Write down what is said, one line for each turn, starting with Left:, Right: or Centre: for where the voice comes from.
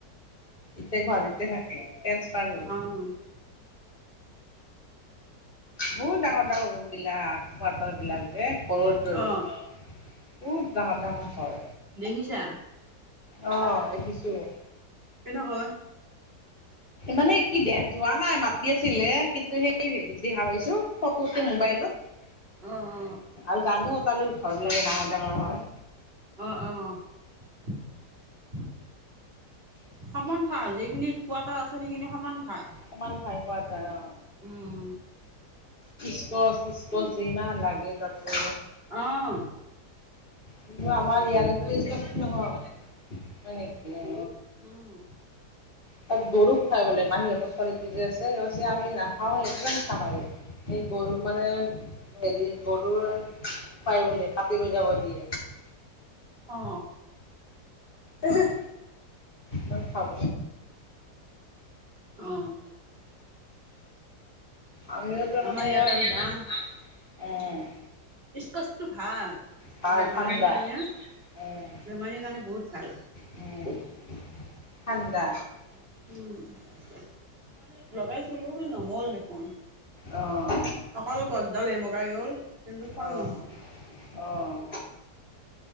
Left: এতিয়া গুৱাহাটীতে থাকে ট্ৰান্সফাৰ হ'ল।
Right: অঁ
Left: বহুত ডাঙৰ ডাঙৰ ৰুম বিলাক কোৱাৰ্টাৰ বিলাক যে ঘৰৰ দৰে।
Right: অঁ
Left: বহুত ডাঙৰ ডাঙৰ ঘৰ।
Right: দেখিছা।
Left: অহ দেখিছোঁ।
Right: কেনেকৈ।
Left: মানে কি যোৱা নাই মাতি আছিলে কিন্তু সেই হেৰি। দেখা পাইছোঁ ফটোতে মোবাইলত
Right: অ অ
Left: আৰু জানো তাৰে। ঘৰবিলাক ডাঙৰ ডাঙৰ হয়।
Right: অহ অহ। <unintelligible> সমান ঠাই যিখিনিত কোৱাৰ্টাৰ আছে সেইখিনি সমান। ঠাই।
Left: সমান ঠাই কোৱাৰ্টাৰ অ।
Right: উম
Left: স্কচ স্কচ ইমান লাগে তাতে।
Right: অহ।
Left: কিন্তু আমাৰ ইয়াৰফালে ইস্কাচ নহয় হয় নেকি অ।
Right: উম,
Left: তাত গৰুক খুৱাই বোলে মাহীহঁতৰ ছোৱালীটো যে আছে আমি নাখাওঁ এই কিমান খাম আৰু। সেই গৰু মানে হেৰি গৰুৰ পায় বোলে কাতি লৈ যাব দিয়ে।
Right: অ।
Left: উমহু। কিমান খাব।
Right: অ।
Left: আমিও তাৰ
Right: আমাৰ
Left: মানে
Right: ইয়াত
Left: <unintelligible>
Right: আৰু দাম
Left: উম।
Right: স্কচটো ভাল
Left: ভাল
Right: বেমাৰীৰ
Left: ঠাণ্ডা
Right: কাৰণে
Left: উম,
Right: বেমাৰীৰ কাৰণে বহুত ভাল।
Left: উম। ঠাণ্ডা।
Right: উম আমাৰ ইয়াত লগাইছিলো কিন্তু নহ'ল দেখোন।
Left: অ',
Right: অকল গছডাল হে বগাই গ'ল কিন্তু ফল
Left: অ',
Right: নহ'ল।
Left: অ',